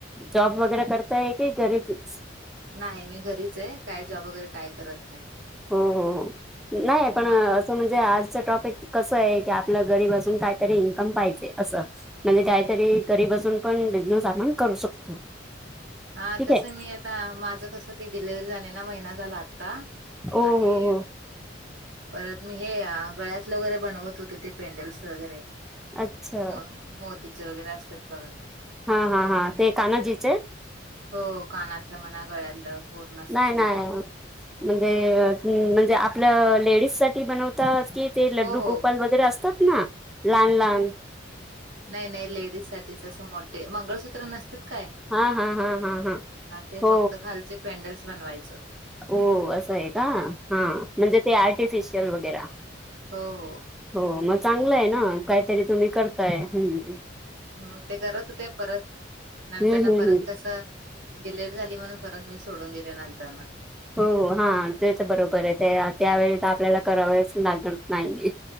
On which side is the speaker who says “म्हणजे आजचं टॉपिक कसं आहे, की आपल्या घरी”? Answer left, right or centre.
Centre